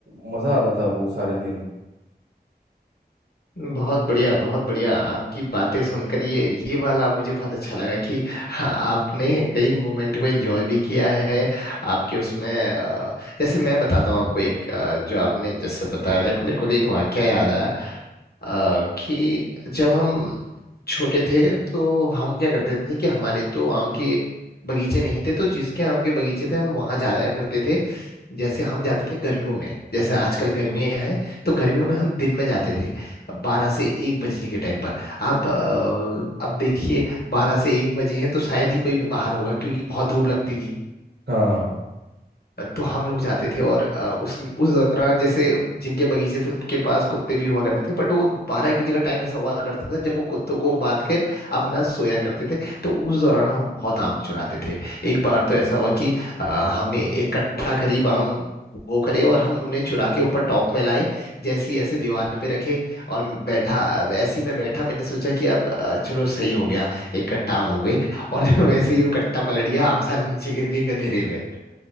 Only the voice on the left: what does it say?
बहुत बढ़िया बहुत बढ़िया आपकी बातें सुनकर ये ये वाला मुझे बहुत अच्छा लगा कि हाँ, आपने कई मोमेंट को एंजॉय भी किया है आपके उसमें अ, जैसे मैं बताता हूँ आपको एक अ, जो आपने जैसे बताया मेरे को मेरे को भी एक वाकया याद आया अ, कि जब हम छोटे थे तो हम क्या करते थे कि हमारे तो आम के बगीचे नहीं थे तो जिसके आम के बगीचे थे हम वहां जाया करते थे जैसे हम जाते थे गर्मियों में जैसे आजकल गर्मियां हैं तो गर्मियों में हम दिन में जाते थे बारह से एक बजे के टाइम पर आप अ, अब देखिए बारह से एक बजे हैं तो शायद ही कोई बाहर होगा क्योंकि बहुत धूप लगती थी
तो हम लोग जाते थे और अ, उस उस दौरान जैसे जिनके बगीचे थे उनके पास कुत्ते भी हुआ करते थे बट वो बारह एक बजे का टाइम ऐसा हुआ करता था जब वो कुत्तों को बांध कर अपना सोया करते थे तो उस दौरान हम बहुत आम चुराते थे एक बार तो ऐसा हुआ कि अ, हमने एक कट्टा करीब आम वो करे और हम उन्हें चुरा के ऊपर टॉप में लाए जैसी ऐसे दीवार पे रखे और बैठा ऐसी मैं बैठा मैंने सोचा कि अब अ, चलो सही हो गया एक कट्टा आम हो गई और <laughs> वैसे ही वो कट्टा पलट गया आम सारे नीचे गिर गए गधेरे में